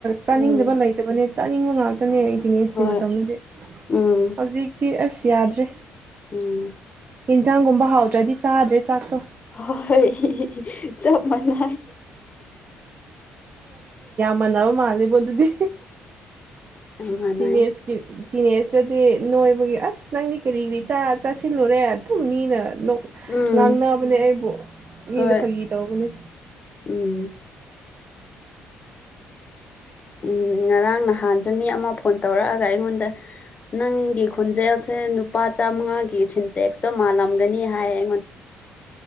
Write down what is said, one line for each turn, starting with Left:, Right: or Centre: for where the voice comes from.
Right: ꯆꯥꯅꯤꯡꯗꯕ
Left: ꯎꯝ
Right: ꯂꯩꯇꯕꯅꯦ ꯆꯥꯅꯤꯡꯕ ꯉꯥꯛꯇ ꯆꯠꯅꯤ ꯑꯩꯇꯤꯟ ꯑꯦꯖꯀꯤ
Left: ꯍꯣꯏ
Right: ꯃꯇꯝꯗꯗꯤ
Left: ꯎꯝ
Right: ꯍꯧꯖꯤꯛꯇꯤ ꯑꯁ ꯌꯥꯗ꯭ꯔꯦ
Left: ꯎꯝ
Right: ꯌꯦꯟꯖꯥꯡꯒꯨꯝꯕ ꯍꯥꯎꯗ꯭ꯔꯗꯤ ꯆꯥꯗ꯭ꯔꯦ ꯆꯥꯛꯇꯣ
Left: ꯍꯣꯏ ꯆꯞ ꯃꯅ
Right: ꯃꯅꯥꯕ ꯃꯥ ꯂꯩꯕꯣꯗꯨꯗꯤ
Left: ꯆꯞ ꯃꯥꯟꯅꯩ
Right: ꯇ ꯑꯦꯖ ꯑꯦꯖ ꯑ ꯅꯣꯏꯕꯒꯤ ꯑꯁ ꯅꯪꯗꯤ ꯀꯔꯤ ꯀꯔꯤ ꯆꯥꯁꯤꯜꯂꯨꯔꯦ ꯑꯗꯨꯝ ꯃꯤꯅ
Left: ꯎꯝ
Right: ꯉꯥꯡꯅꯕꯅꯦ ꯑꯩꯕꯨ ꯃꯤꯅ
Left: ꯍꯣꯏ
Right: ꯐꯥꯒꯤ ꯇꯧꯕꯅꯦ
Left: ꯎꯝ ꯎꯝ ꯉꯔꯥꯡ ꯅꯍꯥꯟꯁꯨ ꯃꯤ ꯑꯃ ꯐꯣꯟ ꯇꯧꯔꯛꯑꯒ ꯑꯩꯉꯣꯟꯗ ꯅꯪꯒꯤ ꯈꯣꯟꯖꯦꯜꯁꯤ ꯅꯨꯄꯥ ꯆꯥꯃꯉꯥꯒꯤ ꯁꯤꯟꯇꯦꯛꯁꯇꯣ ꯃꯥꯜꯂꯝꯒꯅꯤ ꯍꯥꯏꯌꯦ